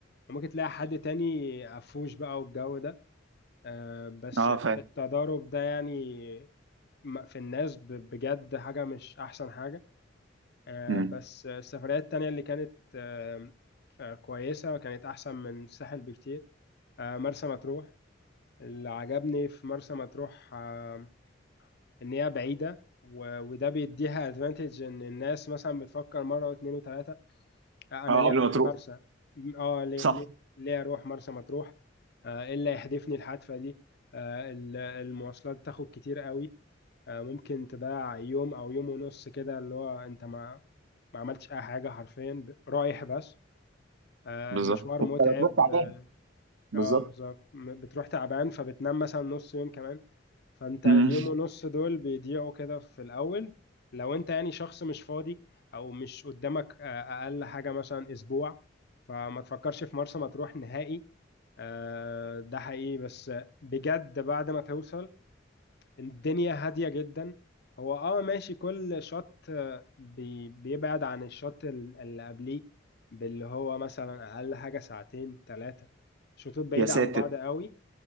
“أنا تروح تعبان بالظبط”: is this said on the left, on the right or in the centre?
Right